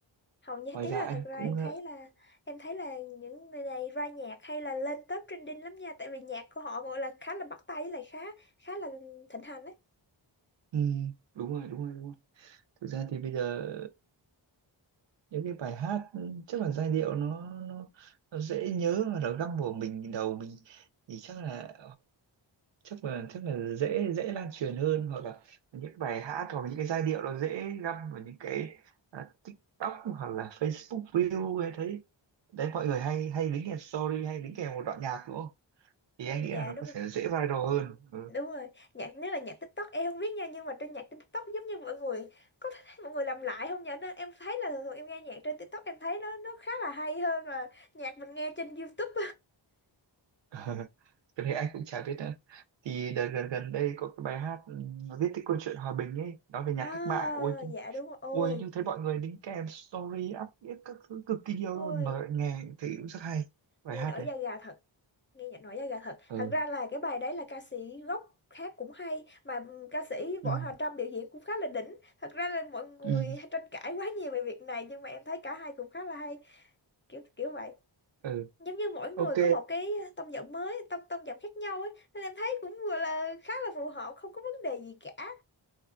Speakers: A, on the left; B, on the right.
A: hầu như
B: ngoài
A: ý
B: ra
A: là
B: anh
A: thật ra
B: cũng
A: em
B: ờ,
A: thấy là em thấy là những người này ra nhạc hay là lên top trending lắm nha tại vì nhạc của họ gọi là khá là bắt tai với lại khá khá là thịnh hành đấy
B: ừ. đúng rồi đúng rồi đúng rồi thực ra thì bây giờ những cái bài hát chắc là giai điệu nó nó, nó dễ nhớ và nó găm vào mình đầu mình thì chắc là chắc là chắc là dễ dễ lan truyền hơn hoặc là những bài hát hoặc những cái giai điệu nó dễ găm vào những cái à, TikTok hoặc là Facebook Reel hay thấy đấy mọi người hay hay đính kèm story hay đính kèm một đoạn nhạc đúng không thì
A: ừ,
B: anh nghĩ
A: dạ
B: là nó
A: đúng
B: có
A: rồi
B: thể dễ viral hơn ừ.
A: đúng rồi nhạc nếu là nhạc TikTok em không biết nha nhưng mà trên nhạc trên TikTok giống như mọi người có thấy mọi người làm lại không nhỉ Nó- em thấy là thường thường em nghe nhạc trên TikTok em thấy nó nó khá là hay hơn là nhạc mình nghe trên YouTube
B: <laughs> cái này anh cũng chả biết nữa thì đợt gần gần đây có cái bài hát ừm, nó viết cái câu chuyện hòa bình ấy nói
A: <laughs>
B: về nhạc
A: à
B: cách mạng ôi cái-
A: dạ đúng rồi ôi
B: ôi nhưng thấy mọi người đính kèm story up viết các thứ cực kỳ nhiều
A: ôi
B: luôn mà nghe thấy cũng rất hay bài
A: nghe
B: hát
A: nổi
B: đấy
A: da gà thật nghe nhạc nổi da gà thật
B: ừ
A: thật ra là cái bài đấy là ca sĩ gốc khác cũng hay mà ừm, ca sĩ
B: ừ
A: Võ Hà Trâm biểu diễn cũng khá là đỉnh thật ra là mọi người
B: ừ
A: hay tranh cãi quá nhiều về việc này nhưng mà em thấy cả hai cũng khá là hay kiểu kiểu vậy
B: ừ
A: giống như mỗi người
B: ok
A: có một cái tông giọng mới tông tông giọng khác nhau ấy nên em thấy cũng vừa là khá là phù hợp không có vấn đề gì cả